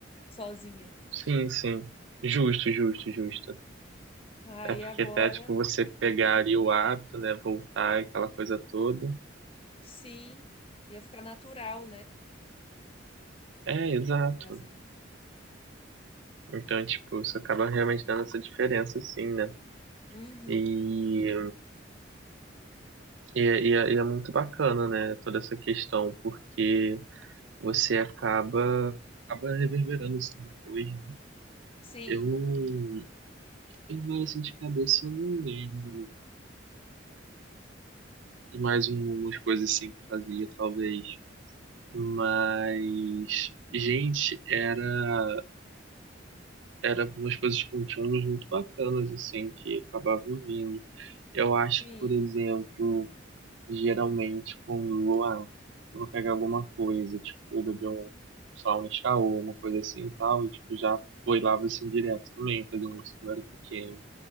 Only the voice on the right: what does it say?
Sim, sim. Justo, justo, justo.
É porque
até, tipo, você
pegar ali o hábito, né, voltar, aquela coisa toda.
É, exato.
Então, tipo, isso acaba realmente dando essa diferença, assim, né?
E, e, é- e é e é muito bacana, né, toda essa questão, porque você acaba, acaba reverberando, assim, depois, né?
Eu não... Eu, agora, assim, de cabeça, eu não lembro de mais um- umas coisas, assim, que fazia, talvez. Mas, gente, era, era umas coisas com temas muito bacanas, assim, que acabavam vindo. Eu acho
que, por exemplo, geralmente quando ah, eu vou pegar alguma coisa, tipo, beber um, sei lá, um Nescau, ou uma coisa assim e tal, e tipo, já foi lá assim direto também, fazendo isso quando eu era pequeno.